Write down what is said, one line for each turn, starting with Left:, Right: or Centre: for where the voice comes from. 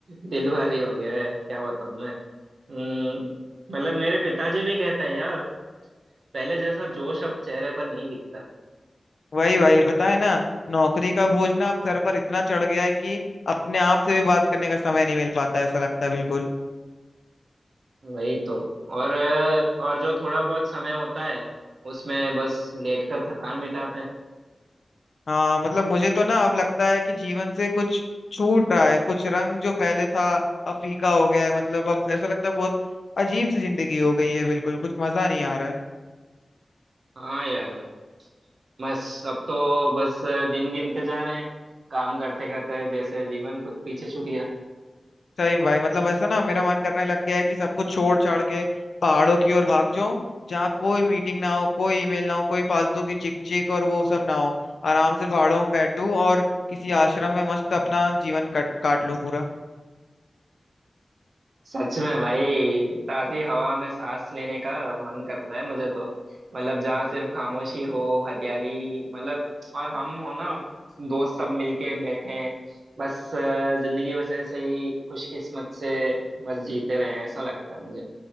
Right: दिल भारी हो गया है क्या बताऊं मैं हम्म, मतलब मेरे पिताजी भी कहते हैं यार पहले जैसा जोश अब चेहरे पर नहीं दिखता
Left: वही भाई बताए ना नौकरी का बोझ ना अब सर पर इतना चढ़ गया है कि अपने आप से भी बात करने का समय नहीं मिल पाता है, ऐसा लगता है बिल्कुल
Right: वही तो और और जो थोड़ा बहुत समय होता है उसमें बस लेटकर थकान मिटाते हैं
Left: हाँ मतलब मुझे तो ना अब लगता है कि जीवन से कुछ छूट रहा है कुछ रंग जो पहले था अब फीका हो गया है मतलब अब ऐसा लगता है बहुत अजीब सी जिंदगी हो गई है बिल्कुल कुछ मजा नहीं आ रहा है
Right: हाँ यार बस अब तो बस दिन गिनते जा रहे हैं काम करते करते जैसे जीवन खुद पीछे छूट गया
Left: सही में भाई मतलब ऐसा ना मेरा मन करने लग गया है कि सब कुछ छोड़ छाड़ के पहाड़ों की ओर भाग जाऊं जहाँ कोई मीटिंग ना हो कोई ईमेल ना हो कोई फालतू की चिक चिक और वो सब ना हो आराम से पहाड़ों में बैठूं और किसी आश्रम में मस्त अपना जीवन कट काट लूं पूरा
Right: सच में भाई ताजी हवा में सांस लेने का मन करता है मुझे तो मतलब जहाँ सिर्फ खामोशी हो हरियाली मतलब और हम हो ना दोस्त सब मिलके बैठे हैं बस अ, जिंदगी बस ऐसे ही खुशकिस्मत से बस जीते रहे ऐसा लगता है मुझे